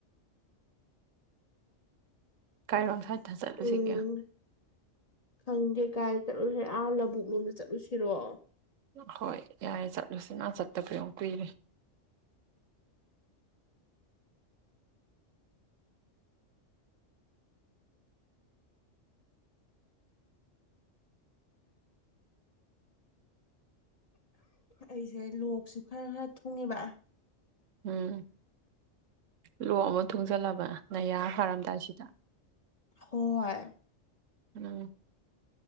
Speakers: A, on the right; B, on the left.
A: ꯀꯥꯏ ꯋꯥꯝ ꯁꯥꯠꯇ ꯆꯠꯂꯨꯁꯤꯒꯦ
B: ꯎꯝ ꯈꯪꯗꯦ ꯀꯥꯏ ꯆꯠꯂꯨꯁꯦ ꯑꯥ ꯂꯧꯕꯕꯨꯛ ꯂꯣꯝꯗ ꯆꯠꯂꯨꯁꯤꯔꯣ
A: ꯍꯣꯏ ꯌꯥꯏꯦ ꯆꯠꯂꯨꯁꯤ ꯃꯥ ꯆꯠꯇꯕꯌꯨꯛ ꯄꯤꯔꯦ
B: ꯑꯩꯁꯦ ꯂꯣꯛꯁꯨ ꯈꯔ ꯈꯔ ꯊꯣꯡꯉꯤꯕ
A: ꯎꯝ ꯂ ꯑꯃ ꯊꯨꯡꯖꯤꯜꯂꯕ ꯅꯥꯌꯥ ꯐꯥꯔꯝꯗꯥꯏꯁꯤꯗ
B: ꯍ
A: ꯎꯝ